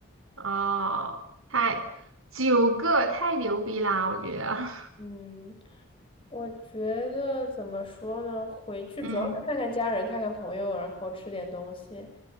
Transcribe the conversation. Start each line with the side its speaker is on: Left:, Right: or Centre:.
Right: 哦，太九个太牛逼啦，我觉得。
Left: 嗯，我觉得怎么说呢？回去主要是看看家人，
Right: <laughs> 嗯，
Left: 看看朋友，然后吃点东西。